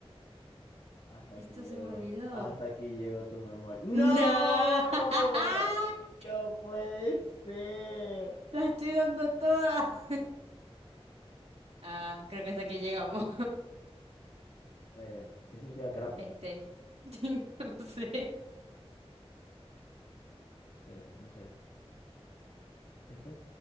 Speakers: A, on the left (about 75°); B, on the right (about 75°).
A: Hasta aquí
B: Esto
A: llegó,
B: se me olvidó.
A: hasta aquí llegó tu memoria. ¡No!
B: No. <laughs>
A: No puede ser.
B: La estoy dando toda. Ah, creo que hasta aquí llegamos.
A: Eh, ¿qué significa crápula?
B: Este. <laughs> No sé.
A: Eh, no sé. ¿Esto?